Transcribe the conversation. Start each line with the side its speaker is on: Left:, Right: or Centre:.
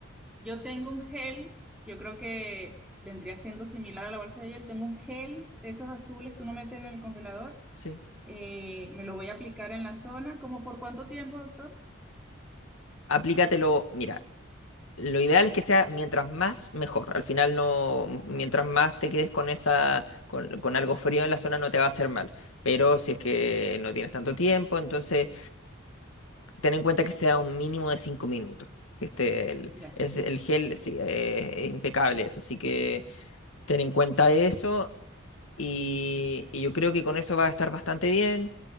Centre: Yo tengo un gel, yo creo que vendría siendo similar a la bolsa de gel. Tengo un gel de esos azules que uno mete en el congelador.
Left: Sí.
Centre: Eh, me lo voy a aplicar en la zona. ¿Cómo por cuánto tiempo, doctor?
Left: Aplícatelo, mira, lo ideal es que sea mientras más, mejor. Al final no, mientras más te quedes con esa, con, con algo frío en la zona no te va a hacer mal. Pero si es que no tienes tanto tiempo, entonces ten en cuenta que sea un mínimo de 5 minutos. Que esté el,
Centre: Ya.
Left: es, el gel, sí, eh, es impecable eso. Así que ten en cuenta eso. Y, y yo creo que con eso va a estar bastante bien.